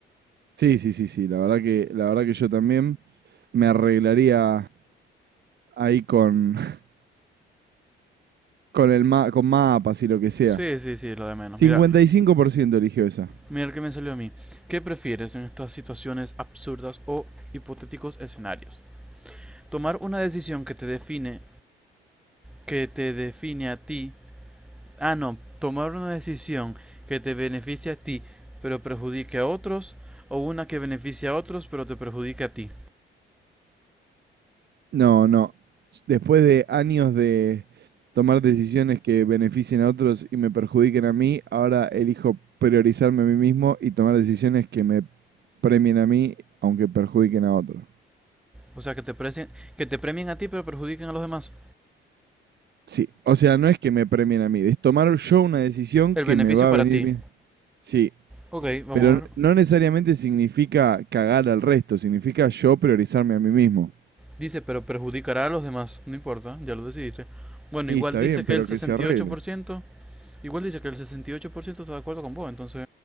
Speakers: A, on the right; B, in the centre.
A: Sí, sí, sí, sí. La verdad que, la verdad que yo también me arreglaría ahí con, <laughs> con el ma- con mapas y lo que sea.
B: Sí, sí, sí, lo de menos.
A: 55%
B: Mira,
A: eligió esa.
B: mira el que me salió a mí. ¿Qué prefieres en estas situaciones absurdas o hipotéticos escenarios? Tomar una decisión que te define, que te define a ti. Ah, no, tomar una decisión que te beneficie a ti, pero perjudique a otros, o una que beneficie a otros, pero te perjudique a ti.
A: No, no. Después de años de tomar decisiones que beneficien a otros y me perjudiquen a mí, ahora elijo priorizarme a mí mismo y tomar decisiones que me premien a mí, aunque perjudiquen a otros.
B: O sea, que te, presen- que te premien a ti, pero perjudiquen a los demás.
A: Sí, o sea, no es que me premien a mí, es tomar yo una decisión
B: El
A: que
B: beneficio
A: me va
B: para
A: a venir
B: ti.
A: bien. Sí,
B: Ok, vamos
A: pero
B: a
A: n-
B: ver.
A: no necesariamente significa cagar al resto, significa yo priorizarme a mí mismo.
B: Dice, pero perjudicará a los demás. No importa, ya lo decidiste. Bueno,
A: Y
B: igual
A: está
B: dice
A: bien,
B: que
A: pero
B: el sesenta
A: que se arregle.
B: y ocho por ciento igual dice que el 68% está de acuerdo con vos, entonces